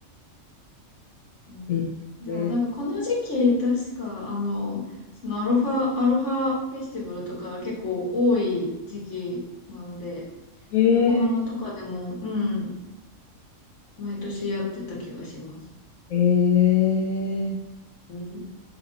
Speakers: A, on the left (about 65°); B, on the left (about 80°).
A: うん、
B: うんうん
A: でも、なんか、この時期、確か、あの、そのアロファ、アロハフェスティバルとか結構多い時期なので、
B: え
A: 横浜とかでも、うん、毎年やってた気がします。
B: ええー、
A: うん。